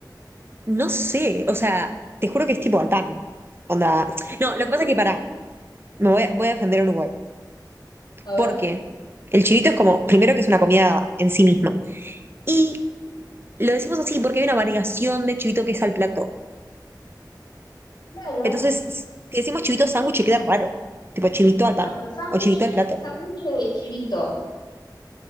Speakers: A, on the right; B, on the left.
A: no sé, o sea, te juro que es tipo Altán. Onda. No, lo
B: Sándwiches.
A: que pasa es que pará, me voy a, voy a defender a Uruguay.
B: A ver,
A: Porque el chivito es como, primero que es una comida en sí misma. Y
B: sí,
A: lo decimos así porque hay una variación de chivito que es al plato.
B: claro.
A: Entonces, si decimos chivito sándwich, queda raro. Tipo chivito al pan
B: No, pero sándwiches,
A: o chivito al plato.
B: sándwiches de chivito.